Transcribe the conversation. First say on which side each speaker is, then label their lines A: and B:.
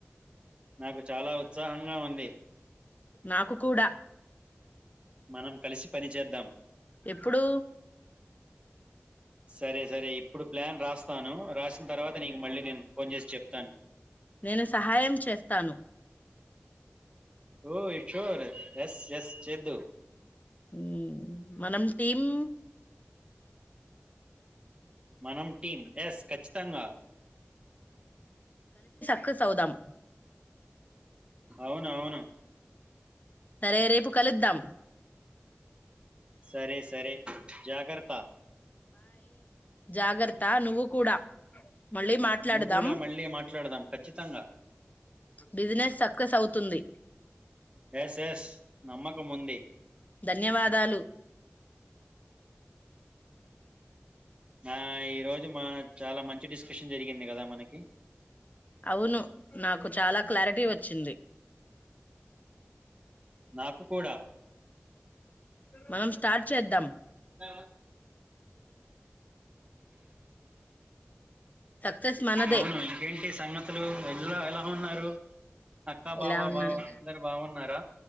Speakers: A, on the right; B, on the left.
A: నాకు చాలా ఉత్సాహంగా ఉంది
B: నాకు కూడా
A: మనం కలిసి పని చేేద్దాం
B: ఎప్పుడు
A: సరే సరే ఇప్పుడు ప్లాన్ రాస్తాను రాసి దర్వాత్ త్ నీకు మళ్ళీ నేను ఫోన్ చేసి చెప్తాను
B: నేను సహాయం చేస్తాను
A: ఓయ్ చూర్ ఎస్ ఎస్ చేద్దు
B: మ్మ్ మనం టీమ్
A: మనం టీమ్ ఎస్ ఖచ్చితంగా
B: క్కస్ అవుదాం
A: అవును అవును
B: సరే రేపు కలుద్దాం
A: సరే సరే జాగర్త
B: జాగరత నువ్వు కూడా మళ్ళీ మాట్లాడదాం
A: నువ్వు కూడా మళ్ళీ మాట్లాడదాం ఖచ్చితంగా
B: బిజినెస్ సక్సెస్ అవుతుంది
A: ఎస్ ఎస్ నమ్మకం ఉంది
B: ధన్యవాదాలు
A: ఆ ఈ రోజు మా చాలా మంచి డిస్ స్కషన్ జరిగింది కదా మనకి
B: అవును నాకు <unintelligible> చాలా క్లారిటీ వచ్చింది
A: నాకు కూడా
B: మనం స్టార్ట్ చేద్దాం
A: ఆ <unintelligible>
B: సక్సెస్ మనదే
A: అవును ఇంకేంటి సంగత్ అస్సలు ఎండలో ఎలా ఉన్నారు అక్క
B: ఎలా
A: బావ
B: ఉన్నారు
A: బావ అందరు బాగున్నారా